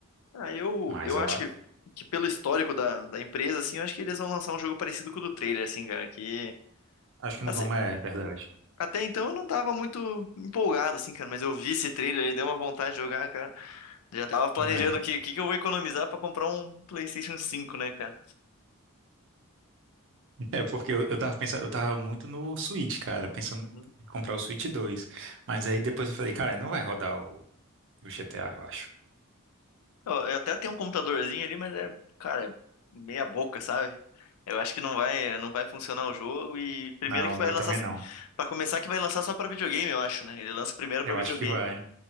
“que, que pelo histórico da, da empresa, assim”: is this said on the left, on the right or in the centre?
Left